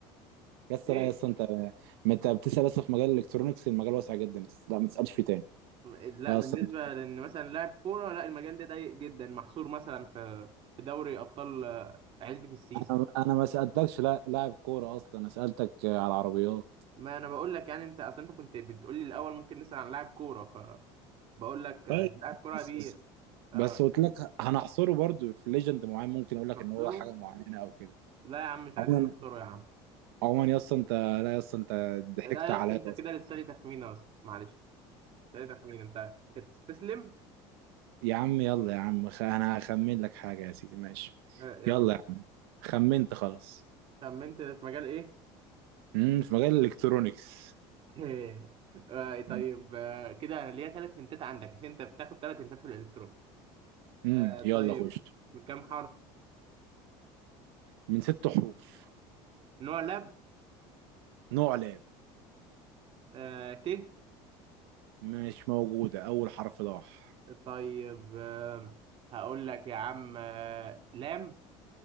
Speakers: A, on the right; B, on the right.
A: يس
B: ايه
A: لا يس أنت ما أنت بتسأل لسه في مجال الإلكترونيكس المجال واسع جدا يس لا ما تسألش فيه تاني
B: م- لا
A: لا
B: بالنسبه
A: أصلا أنت
B: لان مثلا لاعب كوره لا المجال ده ضيق جدا محصور مثلا في في دوري ابطال آه، عزبه السيسي
A: أنا أنا ما سألتكش لا لاعب كورة أصلا أنا سألتك على العربيات
B: ما انا بقول لك يعني انت اصلا انت كنت بتقول لي الاول ممكن نسال عن لاعب كوره فبقول لك
A: طيب
B: آه، لاعب كوره
A: بس
B: دي
A: بس بس
B: اه
A: قلت لك هنحصره برضو في ليجند معين ممكن أقول لك
B: نحصره
A: إن هو حاجة معينة أو كده
B: لا يا عم مش عايزين
A: عموما
B: نحصره يا عم
A: عموما يس أنت لا يس أنت ضحكت
B: لا يا
A: عليا
B: اسطى انت كده لسه لي تخمينه يا اسطى معلش لسه لي تخمينه انت انت بتستسلم
A: يا عم يلا يا عم خ- انا هخمن لك حاجة يا سيدي ماشي
B: آه، يلا
A: يلا يا عم خمنت خلاص
B: خمنت في مجال ايه
A: امم في مجال الالكترونيكس
B: <laughs> آه، طيب
A: امم
B: آه، كده انا ليا ثلاث هنتات عندك عشان انت بتاخد ثلاث هنتات في الالكترون
A: أمم،
B: آه،
A: يلا
B: طيب
A: خش
B: بكام حرف
A: من ست حروف
B: نوع لاب
A: نوع لاب
B: آه ت
A: مش موجودة أول حرف ضاح
B: طيب آه هقول لك يا عم آه لام